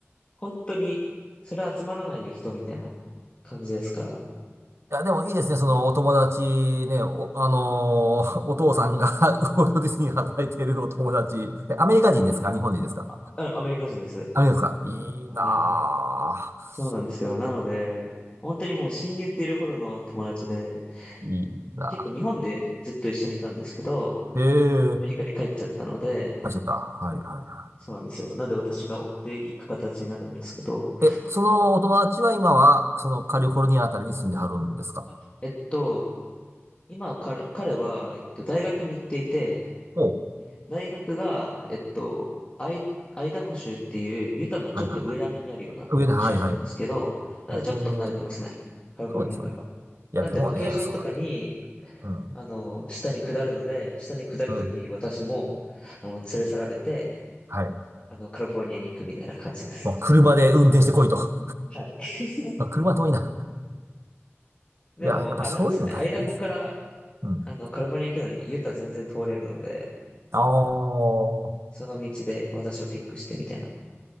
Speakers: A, on the left (about 25°); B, on the right (about 70°).
A: 本当に、それ集まらないよ人みたいな感じですから。
B: いや、でもいいですね。そのお友達ね、お、あのーお父さんが <laughs> ウォルト・ディズニーに働いているお友達。
A: そうですね。
B: えアメリカ人ですか日本人ですか
A: もう、あ、アメリカ人です。
B: アメリカですかいいなぁ。
A: はい。そうなんですよ。なので、本当にもう親友っているほどの友達で、
B: いいな
A: 結構日本でずっと一緒にいたんですけど、
B: ぁ。ええ、
A: アメリカに帰っちゃったので、
B: あ、ちゃった。はいはいは
A: そうなんですよ。なので私が追っていく形になるんですけど、
B: い。え、そのお友達は今は、そのカリフォルニアあたりに住んではるんですか
A: あ、えっと、今彼、彼は、えっと、大学に行っていて、
B: おう。
A: 大学が、えっと、アイ、アイダホ州っていうユタのちょっと上ら辺にあるような州なんですけど、
B: はいはいはい。上の、はいはい。
A: なのでちょっと離れてますね。
B: おー、
A: カリフォルニアから。
B: そうですよね。いや、
A: なんで、
B: でもね、
A: バケーションとかに、
B: その、うん、
A: あの、下に下るので、下に下るときに私も、
B: うん、
A: あの、連れ去られて、
B: はい。
A: あの、カリフォルニアに行くみたいな感じです。
B: もう車で運転してこいと。
A: はい。<laughs>
B: まあ、車遠いな。
A: でも、
B: いや、やっぱりそういうの大事です。
A: あれなんですよね。アイダホから、
B: うん。
A: あの、カリフォルニア行くのに、ユタ全然通れるので、
B: ああ。
A: その道で私をピックしてみたいな。